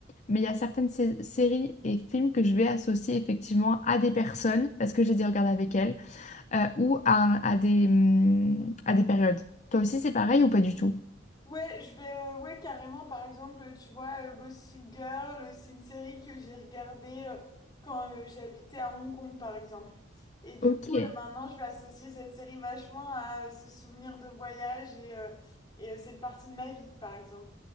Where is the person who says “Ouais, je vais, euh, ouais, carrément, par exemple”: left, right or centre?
Left